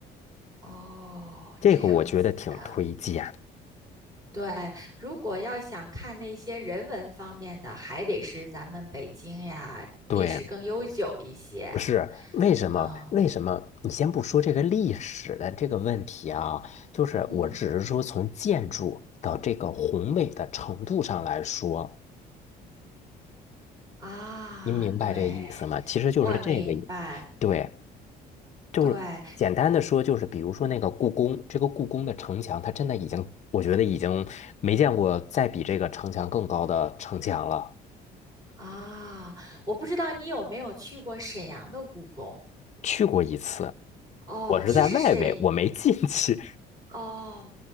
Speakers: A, on the right (about 20°); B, on the left (about 45°).
A: 哦，
B: 这个我觉得挺推荐。
A: 这样子的。对，如果要想看那些人文方面的，还得是咱们北京呀，
B: 对，
A: 历史更悠久一些。
B: 不是，为什么？
A: 嗯
B: 为什么？你先不说这个历史的这个问题啊，就是我只是说从建筑的这个宏伟的程度上来说，
A: 嗯啊，
B: 您明白这意思吗？
A: 对，
B: 其实就是这个意，
A: 我明白。
B: 对，就是简单的说，
A: 对
B: 就是比如说那个故宫，这个故宫的城墙，它真的已经，我觉得已经没见过再比这个城墙更高的城墙了。
A: 啊，我不知道你有没有去过沈阳的故宫
B: 去过一次，
A: 哦。
B: 我是在外围，
A: 其实沈
B: 我没进去。
A: 哦，